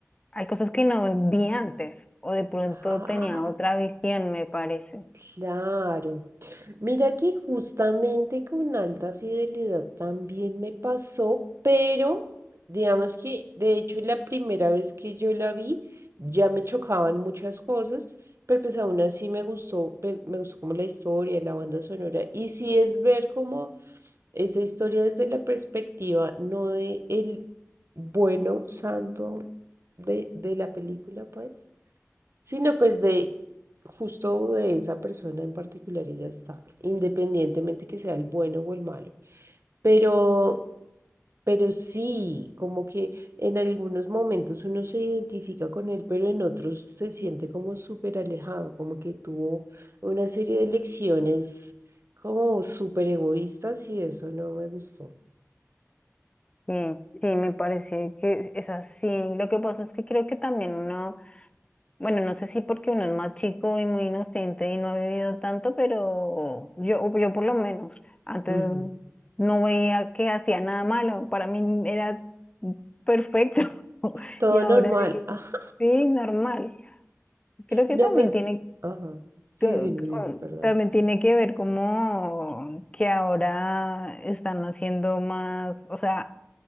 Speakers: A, on the left; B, on the right.
A: hay cosas que no vi antes o de pronto
B: <laughs>
A: tenía otra visión, me parece.
B: Claro. Mira que justamente con alta fidelidad también me pasó, pero digamos que de hecho la primera vez que yo la vi ya me chocaban muchas cosas, pero pues aún así me gustó, me, me gustó como la historia, la banda sonora. Y sí es ver como esa historia desde la perspectiva, no de el bueno santo de, de la película, pues sino pues de justo de esa persona en particular y ya está, independientemente que sea el bueno o el malo. Pero, pero sí, como que en algunos momentos uno se identifica con él, pero en otros se siente como súper alejado, como que tuvo una serie de lecciones como súper egoístas y eso no me gustó.
A: Sí, sí, me parece que es así. Lo que pasa es que creo que también uno Bueno, no sé si porque uno es más chico y muy inocente y no ha vivido tanto, pero yo, o yo por lo menos antes
B: Ujú.
A: no veía que hacía nada malo. Para mí era perfecto <laughs>
B: Todo
A: y ahora
B: normal.
A: es-
B: <laughs> Ajá.
A: sí, normal. Creo que
B: No,
A: también
B: pues,
A: tiene
B: ajá. Sí,
A: que,
B: dime, dime,
A: con-
B: perdón.
A: también tiene que ver como que ahora están haciendo más, o sea,